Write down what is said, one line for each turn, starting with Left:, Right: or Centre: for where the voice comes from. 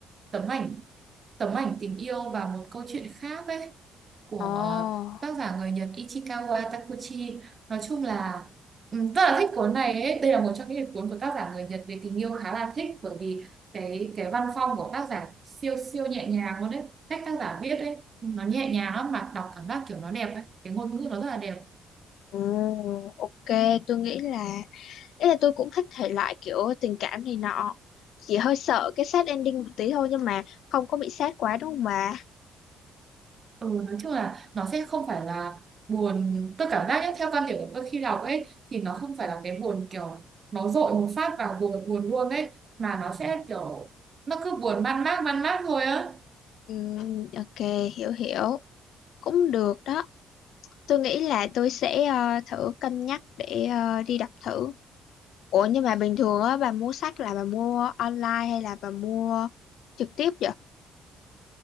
Right: tấm ảnh tấm ảnh tình yêu và một câu chuyện khác ấy của
Left: Ồ,
Right: ờ, tác giả người Nhật Ichikawa Takuchi nói chung là ừm, rất là thích cuốn này ấy. Đây là một trong những cuốn của tác giả người Nhật về tình yêu khá là thích bởi vì cái cái văn phong của tác giả siêu siêu nhẹ nhàng luôn đấy cách tác giả viết ấy nó nhẹ nhàng lắm mà đọc cảm giác kiểu nó đẹp ấy cái ngôn ngữ nó rất là đẹp
Left: ừ, ok, tôi nghĩ là Ý là tôi cũng thích thể loại kiểu tình cảm này nọ. Chỉ hơi sợ cái sad ending một tí thôi nhưng mà không có bị sad quá đúng không bà?
Right: Ừ, nói chung là nó sẽ không phải là buồn tôi cảm giác nhé theo quan điểm của tôi khi đọc ấy thì nó không phải là cái buồn kiểu nó dội một phát vào buồn buồn luôn ấy mà nó sẽ kiểu nó cứ buồn man mác man mác thôi á
Left: Ừm, ok, hiểu hiểu. Cũng được đó. Tôi nghĩ là tôi sẽ ờ, thử cân nhắc để ờ, đi đọc thử. Ủa nhưng mà bình thường á bà mua sách là bà mua online hay là bà mua trực tiếp